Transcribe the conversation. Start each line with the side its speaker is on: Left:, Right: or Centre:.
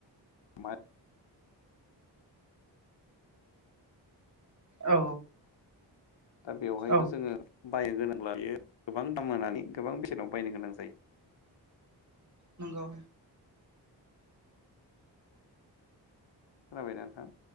Left: माइ
Right: औ
Left: <unintelligible> दा बेवहायथ'
Right: औ
Left: जोङो। बायनो गोनांब्ला बियो गोबां दाम होनानै गोबां बेसेनाव बायनो गोनां जायो।
Right: नोंगौ
Left: खोनाबायदा नोंथां?